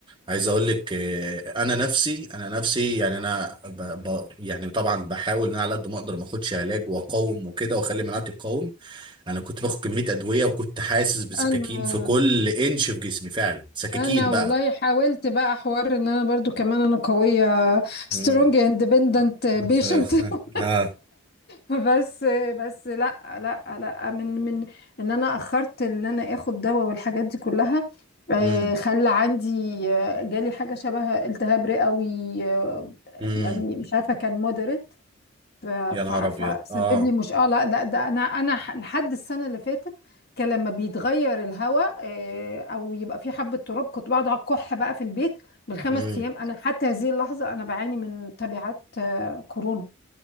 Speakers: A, on the right (about 20°); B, on the left (about 45°).
A: عايز اقول لك آه، انا نفسي انا نفسي يعني انا ب ب يعني طبعا بحاول ان انا على قد ما اقدر ما اخدش علاج واقاوم وكده واخلي مناعتي تقاوم انا كنت باخد كمية ادوية وكنت حاسس بسكاكين
B: انا
A: في كل انش في جسمي فعلا سكاكين
B: انا
A: بقى
B: والله حاولت بقى حوار ان انا برضو كمان انا قويه سترونج
A: مم.
B: اندبندنت بيشنت
A: <laughs>
B: <laughs>
A: اه
B: بس بس لا لا لا من من ان انا اخرت ان انا اخد دواء والحاجات دي كلها آه،
A: مم.
B: خلى عندي آه، جالي حاجه شبه التهاب رئوي آه،
A: مم.
B: يعني مش عارفه كان مودريت فسبب
A: يا نهار ابيض اه
B: لي مش اه لا لا ده انا انا ح- لحد السنه اللي فاتت كان لما بيتغير الهواء آه، او يبقى في حبه تراب كنت بقعد على الكح بقى في البيت بالخمس
A: امم
B: ايام انا حتى هذه اللحظه انا بعاني من تبعات آه، كورونا